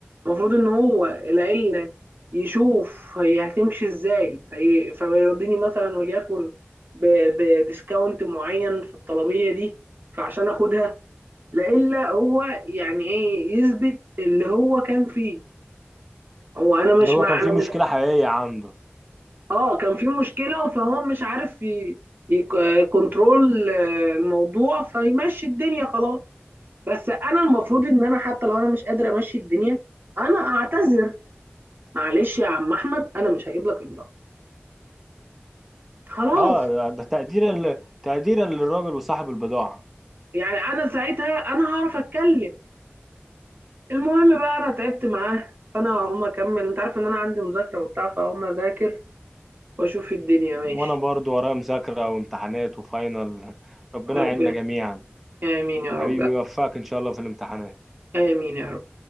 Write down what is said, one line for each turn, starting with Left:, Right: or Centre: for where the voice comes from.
Right: المفروض ان هو العيلة يشوف هي هتمشي ازاي في- فيرضيني مثلا وليكن ب- بديسكاونت معين في الطلبية دي فعشان اخدها لا الا هو يعني ايه يثبت اللي هو كان فيه هو انا مش
Centre: اللي هو
Right: مع
Centre: كان في
Right: انا مش
Centre: مشكلة حقيقية عنده
Right: اه كان في مشكله فهو مش عارف ي... يك- يكنترول الموضوع فيمشي الدنيا خلاص بس انا المفروض ان انا حتى لو انا مش قادر امشي الدنيا انا اعتذر معلش يا عم احمد انا مش هجيب لك البضاعه خلاص
Centre: اه ده تقدير ال... تقدير للراجل وصاحب البضاعة
Right: يعني انا ساعتها انا هعرف اتكلم المهم بقى انا تعبت معاه فانا هقوم اكمل انت عارف ان انا عندي مذاكره وبتاع فهقوم اذاكر واشوف الدنيا ماشي
Centre: وانا برضو ورايا مذاكرة وامتحانات وفاينل ربنا
Right: ربنا
Centre: يعيننا جميعا
Right: امين يا
Centre: حبيبي
Right: رب
Centre: ويوفقك ان شاء الله في الامتحانات
Right: امين يا رب